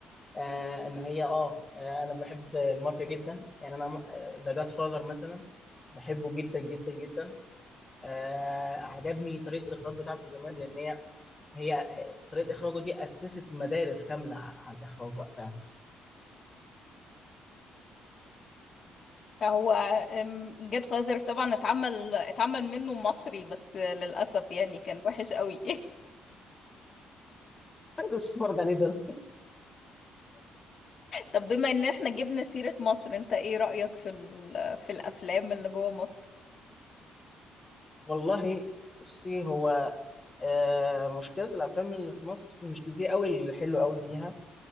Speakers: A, on the left; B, on the left.
A: آه ان هي اه آه، انا بحب المافيا جدا يعني انا ذا جاد فاذر مثلا بحبه جدا جدا جدا آه عجبني طريقه الاخراج بتاعته زمان لان هي هي طريقه اخراجه دي اسست مدارس كامله على الاخراج وقتها
B: هو جيت فاذر طبعا اتعمل اتعمل منه مصري بس للأسف يعني كان وحش قوي <laughs>
A: حلو اتفرج عليه ده
B: طب بما ان احنا جبنا سيرة مصر انت ايه رأيك في ال... في الافلام اللي جوه مصر
A: <laughs> والله بصي هو آه مشكله الافلام اللي في مصر مش كتير قوي اللي حلو قوي فيها